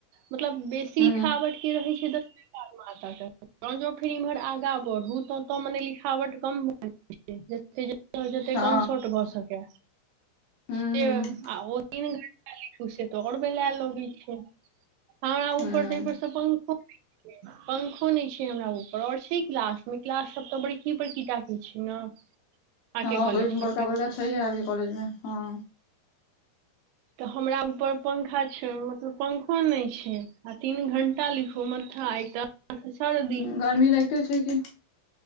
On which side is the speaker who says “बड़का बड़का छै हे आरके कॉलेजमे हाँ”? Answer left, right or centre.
Left